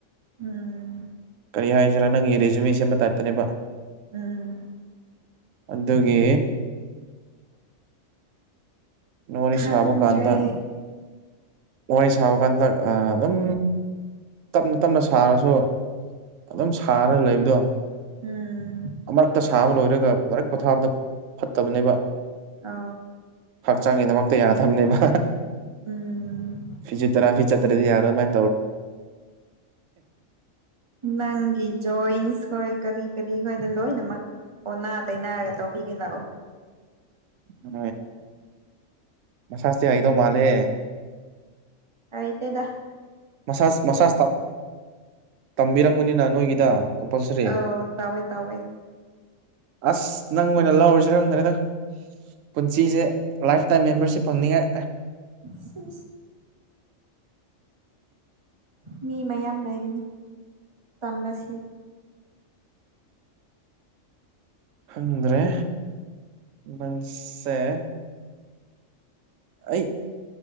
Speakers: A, on the right; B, on the right.
A: ꯎꯝ
B: ꯀꯔꯤ ꯍꯥꯏꯁꯤꯔꯥ ꯅꯪꯒꯤ ꯦꯖꯨꯃꯤ ꯁꯦꯝꯕ ꯇꯥꯏꯞꯇꯅꯦꯕ
A: ꯎꯝ
B: ꯑꯗꯨꯒꯤ ꯋꯥꯔꯤ
A: ꯈꯪꯗ꯭ꯔꯦ
B: ꯁꯥꯕ ꯀꯥꯟꯗ ꯋꯥꯔꯤ ꯁꯥꯕ ꯀꯥꯟꯗ ꯑꯗꯨꯝ ꯇꯞꯅ ꯇꯞꯅ ꯁꯥꯔꯁꯨ ꯑꯗꯨꯝ ꯁꯥꯔ ꯂꯩꯕꯗꯣ
A: ꯎꯝ
B: ꯑꯃꯛꯇ ꯁꯥꯕ ꯂꯣꯏꯔꯒ ꯂꯥꯏꯔꯤꯛ ꯄꯣꯊꯥꯕꯗꯣ ꯐꯠꯇꯕꯅꯦꯕ
A: ꯑ
B: ꯍꯛꯆꯥꯡꯒꯤꯗꯃꯛꯇ ꯌꯥꯗꯕꯅꯦꯕ
A: ꯎꯝ
B: ꯐꯤꯖ ꯇꯔꯥꯐꯤ ꯆꯠꯇ꯭ꯔꯗꯤ ꯌꯥꯔ ꯑꯗꯨꯃꯥꯏ
A: ꯅꯪꯤ ꯤꯟꯁ ꯍꯣꯏ ꯀꯔꯤ ꯀꯔꯤ ꯑꯩꯈꯣꯏꯗ ꯂꯣꯏꯅꯃꯛ ꯑꯣꯟꯅ ꯇꯩꯅꯅꯔꯒ ꯇꯧꯕꯤꯒꯦ ꯂꯥꯛꯑꯣ
B: ꯎ ꯃꯁꯥꯁꯦ ꯍꯥꯏꯗꯧ ꯃꯥꯜꯂꯦ
A: ꯑꯩꯗꯗ
B: ꯃꯁꯥꯖ ꯃꯁꯥꯖ ꯇꯝꯕꯤꯔꯝꯝꯕꯅꯤꯅ ꯅꯣꯏꯒꯤꯗ ꯀꯄꯥꯜꯁꯔꯤꯦ
A: ꯑꯧ ꯇꯧꯋꯦ ꯇꯧꯋꯦ
B: ꯑꯁ ꯅꯪ ꯑꯣꯏꯅ ꯂꯧꯔꯁꯨ ꯈꯪꯗ꯭ꯔꯦꯅ ꯄꯨꯟꯁꯤꯁꯦ ꯂꯥꯏꯐꯇꯥꯏꯝ ꯃꯦꯝꯕꯔꯁꯤꯞ ꯐꯪꯅꯤꯡꯉꯥꯏ
A: ꯁ ꯃꯤ ꯃꯌꯥꯝ ꯂꯩꯕꯅꯤ ꯇꯝꯕꯁꯤ
B: ꯈꯪꯗ꯭ꯔꯦ ꯃꯪꯁꯦ ꯑꯩ